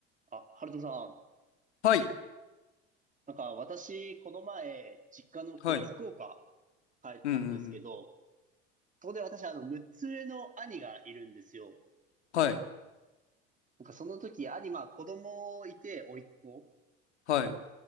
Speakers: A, on the right (about 25°); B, on the left (about 85°).
A: あ、ハルトさん。
B: はい。
A: なんか私、この前、実家のこう、
B: はい。うん
A: 福岡帰ったんですけど、
B: うんうん。
A: そこで私、あの、6つ上の兄がいるんですよ。
B: はい。
A: なんかその時、兄、まあ子供いて、甥っ子
B: はい。